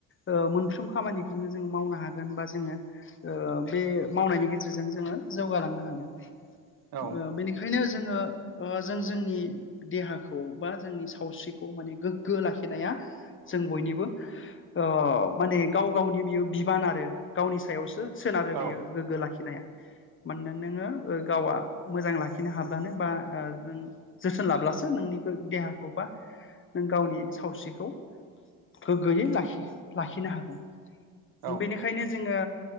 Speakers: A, on the left (about 35°); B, on the right (about 75°).
A: ओ मोनफ्रोम खामानिखौनो जोङो मावनो हाग होनबा जोङो ओ बे मावनायनि गेजेरजों जोङो जौगालांनो हागोन।
B: औ
A: ओ बेनिखायनो जोङो ओ जों जोंनि देहाखौ बा जोंनि सावस्रिखौ माने गोग्गो लाखिनाया जों बयनिबो ओ माने गाव गावनि बियो बिबाना गावनि सायावसो सोनारो
B: औ
A: बियो गोग्गो लाखिनाया। मानोना नोङो गावा मोजां लाखिनो हाब्लानो बा जों जोथोन लाब्लासो नोंनि देहाखौ बा नों गावनि सावस्रिखौ गोग्गोयै लाखि लाखिनो हागोन
B: औ
A: बेनिखायनो जोङो